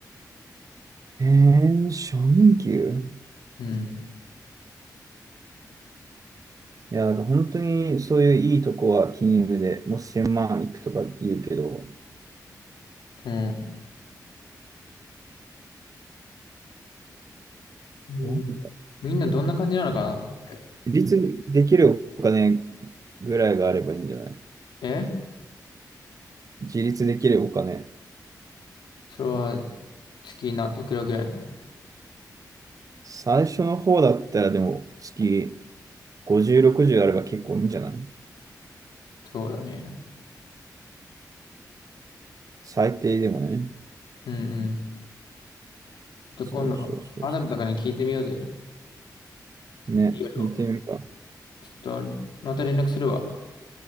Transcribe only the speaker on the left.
うん。
うん。うん
みんなどんな感じなのかなって
え
それは月ないくらぐらいなの
そうだね。
うんうん。ちょっと今度、
アダムとかに聞いてみようぜ。
いろいろ。
ちょっと、また連絡するわ。